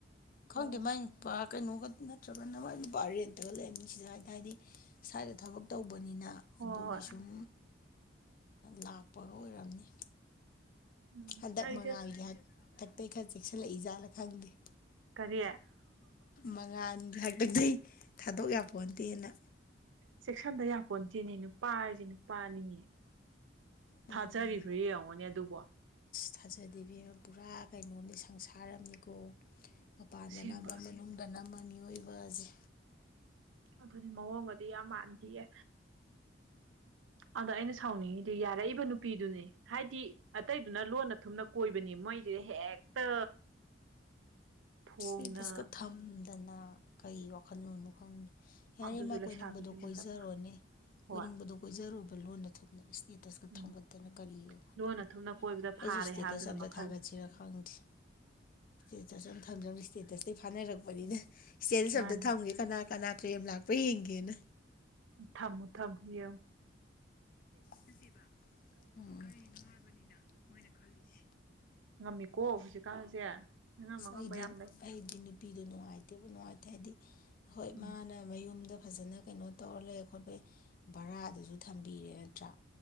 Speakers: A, on the left (about 45°); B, on the right (about 85°).
A: ꯈꯪꯗꯦ
B: ꯑꯣ
A: ꯃꯥꯏ ꯅꯨꯄꯥ ꯀꯩꯅꯣꯒ ꯅꯠꯇ꯭ꯔꯒꯅ ꯃ ꯅꯨꯄꯥ ꯑꯔꯦꯟꯇꯒ ꯂꯩ ꯃꯤꯁꯤꯗ ꯍꯥꯏꯅ ꯍꯥꯏꯗꯤ ꯁ꯭ꯋꯥꯏꯗ ꯊꯕꯛ ꯇꯧꯕꯅꯤꯅ
B: ꯍꯣꯏ
A: ꯑꯗꯨꯒꯤ
B: ꯍꯣꯏ
A: ꯁꯨꯝ ꯂꯥꯛꯄꯒ ꯑꯣꯏꯔꯝꯅꯤ
B: ꯎꯝ
A: ꯍꯟꯗꯛ
B: ꯂꯩꯁꯦ
A: ꯃꯉꯥꯜꯒꯤ ꯍꯥꯛꯇꯛꯇꯩ ꯈꯔ ꯆꯦꯛꯁꯤꯜꯂꯛꯏꯖꯥꯠꯅ ꯈꯪꯗꯦ
B: ꯀꯔꯤ
A: ꯃꯉꯥꯜꯒꯤ ꯍꯥꯏꯄ ꯅꯩ ꯊꯥꯗꯣꯛ ꯌꯥꯄꯣꯟꯗꯦꯅ
B: ꯆꯦꯛꯁꯟꯗ ꯌꯥꯄꯣꯟꯗꯤꯦꯅꯦ ꯅꯨꯄꯥ ꯍꯥꯏꯁꯦ ꯅꯨꯄꯥꯅꯤꯅꯦ
A: ꯃꯥꯅꯤ
B: ꯊꯥꯖꯔꯤꯕ꯭ꯔꯥ
A: ꯃꯥ
B: ꯌꯦꯡꯉꯣꯅꯦ ꯑꯗꯨꯕꯣ
A: ꯊꯥꯖꯗꯕꯤ ꯑꯃ ꯄꯨꯔꯥ ꯀꯩꯅꯣꯝꯅꯤ ꯁꯪꯁꯥꯔꯝꯅꯤꯀꯣ ꯃꯄꯥꯟꯗ
B: ꯑꯁꯦꯡꯕ
A: ꯅꯝꯃ ꯃꯅꯨꯡꯗ ꯅꯝꯃ ꯃꯤꯑꯣꯏꯕꯁꯦ
B: ꯑꯗꯨꯅꯤ ꯃꯑꯣꯡꯒꯗꯤ ꯌꯥꯝ ꯃꯥꯟꯈꯤꯌꯦ ꯑꯗꯣ ꯑꯩꯅ ꯁꯥꯎꯅꯤꯡꯉꯤꯗꯤ ꯌꯥꯔꯛꯏꯕ ꯅꯨꯄꯤꯗꯨꯅꯦ ꯍꯥꯏꯗꯤ ꯑꯇꯩꯗꯨꯅ ꯂꯣꯟꯅ ꯊꯨꯝꯅ ꯀꯣꯏꯕꯅꯤ ꯃꯣꯏꯁꯤꯗ ꯍꯦꯛꯇ ꯐꯣꯡꯅ
A: ꯏꯁꯇꯦꯇꯁꯀ ꯊꯝꯗꯅ ꯀꯔꯤ ꯋꯥꯈꯜꯂꯨꯅꯣ ꯈꯪꯉ ꯌꯥꯔꯦ
B: ꯑꯗꯨꯁꯨ
A: ꯏ ꯃꯥ
B: ꯂꯩꯁꯥꯕꯤꯁꯨ
A: ꯀꯣꯏꯅꯤꯡꯕꯗꯣ
B: ꯅꯠꯇꯕ
A: ꯀꯣꯏꯖꯔꯣꯅꯦ
B: ꯍꯣꯏ
A: ꯀꯣꯏꯅꯤꯡꯕꯗꯣ ꯀꯣꯏꯖꯔꯨꯕ ꯂꯣꯟꯅ ꯊꯛꯅ ꯏꯁꯇꯦꯠ ꯇꯁꯀ
B: ꯎꯝ
A: ꯊꯝꯝꯕꯠꯇꯅ ꯀꯔꯤꯒꯣ ꯈꯗ
B: ꯂꯣꯟꯅ
A: ꯐ
B: ꯊꯨꯝꯅ ꯀꯣꯏꯕꯗ ꯐꯥꯔꯦ
A: ꯑꯩꯁꯨ ꯏꯁꯇꯦꯇꯁ
B: ꯍꯥꯏꯕꯗꯨꯅ
A: ꯑꯝꯇ
B: ꯃꯈꯜ
A: ꯊꯥꯒꯠꯁꯤꯔ ꯈꯪꯗꯦ ꯏꯁꯇꯦꯇꯁ ꯑ ꯊꯝꯖꯕ ꯏꯁꯇꯦꯇꯁꯇꯩ ꯐꯥꯅꯔꯛꯄꯅꯤꯅ ꯏꯁꯇꯦꯇꯁ
B: ꯃꯥꯅꯤ
A: ꯑꯝꯇ ꯊꯝꯒ ꯀꯅꯥ ꯀꯅꯥ ꯀ꯭ꯂꯦꯝ ꯂꯥꯛꯄ ꯌꯦꯡꯒꯦꯅ
B: ꯊꯝꯃꯣ ꯊꯝ ꯍ
A: ꯅꯠꯇꯦꯕ ꯀꯔꯤꯅꯣ ꯍꯥꯏꯕꯅꯤꯗ ꯃꯣꯏꯅ ꯈꯜꯂꯤꯁꯤꯦ
B: ꯉꯝꯃꯤꯀꯣ ꯍꯧꯖꯤꯛꯀꯥꯟꯁꯦ ꯑꯉꯝ
A: ꯁꯍꯤꯗꯤꯟ
B: ꯑꯉꯝꯕ ꯌꯥꯝ ꯂꯩ
A: ꯑꯩꯩꯗꯤ ꯅꯨꯄꯤꯗꯣ ꯅꯨꯡꯉꯥꯏꯇꯦꯕ ꯅꯨꯡꯉꯥꯏꯇꯦ ꯍꯥꯏꯗꯤ ꯍꯣꯏ
B: ꯎꯝ
A: ꯃꯥꯅ ꯃꯌꯨꯝꯗ ꯐꯖꯅ ꯀꯩꯅꯣ ꯇꯧꯔ ꯂꯩ ꯈꯣꯠꯄꯩ ꯚꯔꯥꯗꯨꯁꯨ ꯊꯝꯕꯤꯔꯦ ꯅꯠꯇ꯭ꯔꯥ